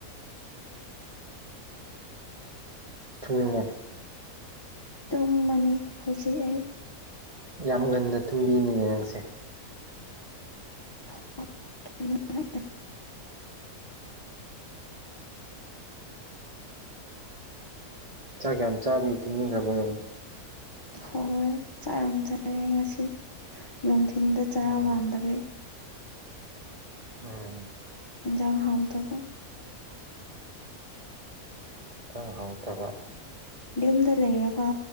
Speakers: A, on the right; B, on the left.
A: ꯊꯨꯡꯉꯦ
B: ꯇꯨꯝꯕꯅꯤ ꯍꯧꯖꯤꯛ ꯑꯩ
A: ꯌꯥꯝ ꯉꯟꯅ ꯊꯨꯝꯕꯤꯅꯤꯉ ꯅꯪꯁꯦ
B: <unintelligible>
A: ꯆꯥꯛ ꯀꯌꯥꯝ ꯆꯥꯕꯤ ꯊꯨꯝꯅꯤꯡꯈꯕꯔꯣ
B: ꯍ ꯍꯣꯏ ꯆꯥꯛ ꯌꯥꯝ ꯆꯥꯦ ꯉꯁꯤ ꯅꯨꯡꯊꯤꯟꯜꯗ ꯆꯔꯥ
A: ꯎꯝ
B: ꯋꯥꯟꯗꯕꯩ
A: ꯎꯝ
B: ꯖꯥꯡ ꯍꯥꯎꯇꯧꯕ
A: ꯏꯈꯤꯇꯪ ꯍꯥꯎꯗꯕ
B: ꯌꯨꯝꯗ ꯂꯩꯔꯒ